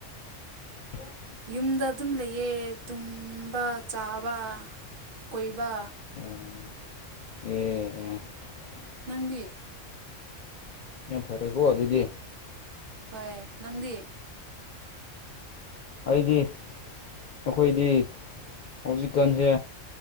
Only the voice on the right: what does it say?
ꯌꯨꯝꯗ ꯑꯗꯨꯝ ꯂꯩꯌꯦ ꯇꯨꯝꯕ ꯆꯥꯕ ꯀꯣꯏꯕ
ꯅꯪꯗꯤ
ꯍꯣꯏ ꯅꯪꯗꯤ